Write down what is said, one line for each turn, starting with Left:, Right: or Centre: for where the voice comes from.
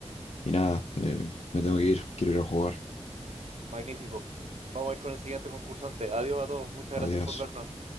Left: y nada, eh, me tengo que ir, quiero ir a jugar.
Right: Magnífico. Vamos a ir con el siguiente concursante. Adiós a todos. Muchas gracias
Left: Adiós.
Right: por vernos.